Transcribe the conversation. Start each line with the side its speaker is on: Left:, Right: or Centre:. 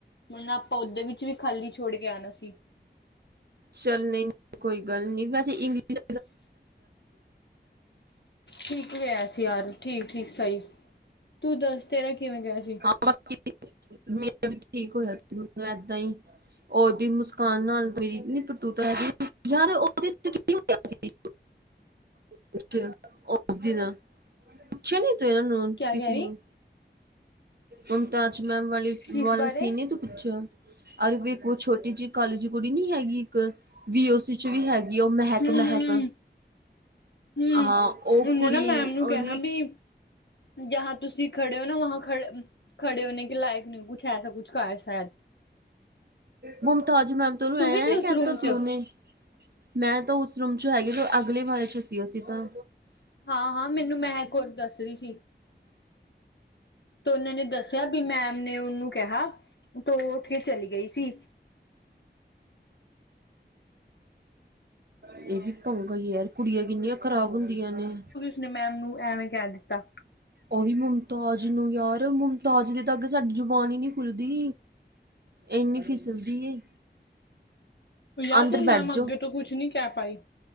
Left: ਹੁਣ ਆਪਾਂ ਓਦੇ ਵਿੱਚ ਵੀ ਖਾਲੀ ਛੋੜ ਕੇ ਆਉਣਾ ਸੀ।
Right: ਚੱਲ ਨਹੀਂ, ਕੋਈ ਗੱਲ ਨੀ ਵੈਸੇ ਇੰਗਲਿਸ਼
Left: ਠੀਕ ਗਿਆ ਸੀ ਯਾਰ, ਠੀਕ -ਠੀਕ ਸਹੀ ਤੂੰ ਦੱਸ ਤੇਰਾ ਕਿਵੇਂ ਗਿਆ ਸੀ।
Right: ਹਾਂ ਮੇਰਾ ਵੀ ਠੀਕ ਹੋਇਆ ਸੀ। ਮੈਨੂੰ ਏਦਾਂ ਹੀ ਉਹਦੀ ਮੁਸਕਾਨ ਨਾਲ ਮੇਰੀ ਨ ਪ੍ਰਤੂਤਾ ਹੈਗੀ। ਯਾਰ ਉਹਦੇ ਕੀ ਹੋਇਆ ਸੀ ਉਸ ਦਿਨ? ਪੁੱਛੇ ਨੀ ਤੂੰ ਇਹਨਾਂ ਨੂੰ
Left: ਕਿਆ
Right: ਕਿਸੇ
Left: ਕਹਿ ਰਹੀ
Right: ਨੂੰ? ਮੁਮਤਾਜ ਮੈਮ ਵਾਲੀ
Left: ਕਿਸ
Right: ਵਾਲਾ
Left: ਬਾਰੇ
Right: ਸੀ ਨੀ ਤੁ। ਪੁੱਛਾ। ਅਰੇ ਵੇ ਕੋ ਛੋਟੀ ਜਿਹੀ ਕਾਲੀ ਜੀ ਕੁੜੀ ਨੀ ਹੈਗੀ ਇੱਕ। ਵੀ ਓ ਸੀ ਚ' ਵੀ ਹੈਗ ਵੀ ਓਹ ਮਹਿਕ-
Left: ਹਮ
Right: ਮਹਿਕ।
Left: ਹਮ ਹਮ
Right: ਹਾਂ, ਓ
Left: ਉਹਨੇ
Right: ਕੁੜੀ ਉਹਨੇ
Left: ਕਿਹਾ ਬੀ ਜਹਾਂ ਤੁਸੀ ਖੜੇ ਹੋ ਨਾ ਵਹਾਂ ਖੜ -ਖੜੇ ਹੋਨੇ ਕੇ ਲਾਇਕ ਨਈ ਕੁਛ ਐਸਾ ਕੁਛ ਕਹਾ ਹੈ। ਸ਼ਾਇਦ।
Right: ਮੁਮਤਾਜ ਮੈਮ ਤ ਓਹਨੂੰ ਐਂ
Left: ਵੀ ਸੀ ਉਸ
Right: ਕਹਿ
Left: ਰੂਮ
Right: ਤਾ ਸੀ
Left: ਚ
Right: ਓਹਨੂੰ। ਨਈ ਮੈਂ ਤਾਂ ਓਸ ਰੂਮ ਚ ਹੈਗੇ ਤੇ ਅਗਲੇ ਵਾਲੇ ਚ' ਸੀ ਅਸੀ ਤਾਂ।
Left: ਹਾਂ -ਹਾਂ ਮੈਨੂੰ ਮੈਹਕ ਕੋਰ ਦੱਸ ਰੀ ਸੀ। ਤੇ ਓਹਨਾਂ ਨੇ ਦੱਸਿਆ ਬੀ ਮੈਮ ਨੇ ਓਹਨੂੰ ਕਿਹਾ, ਤੇ ਓ ਉਠ ਕੇ ਚਲੀ ਗਈ ਸੀ।
Right: ਏ ਵੀ ਪੰਗਾ ਈ ਯਾਰ। ਕੁੜੀਆਂ ਕਿੰਨੀਆਂ ਖ਼ਰਾਬ ਹੁੰਦੀਆਂ ਨੇ।
Left: ਉਸ ਨੇ ਮੈਮ ਨੂੰ ਐਵੇਂ ਕਹਿ ਦਿੱਤਾ।
Right: ਓ ਵੀ ਮੁਮਤਾਜ ਨੂੰ ਯਾਰ ਮੁਮਤਾਜ ਦੇ ਤਾ ਅਗੇ ਸਾਡੀ ਜੁਬਾਨ ਈ ਨੀ ਖੁੱਲਦੀ। ਏਨੀ ਫਿਸਲਦੀ ਏ।
Left: ਯਾਰ
Right: ਅੰਦਰ
Left: ਫੇਰ ਮੈਮ
Right: ਬੈਠ
Left: ਅੱਗੇ ਤੋਂ ਕੁਛ ਨੀ ਕਹਿ ਪਾਈ।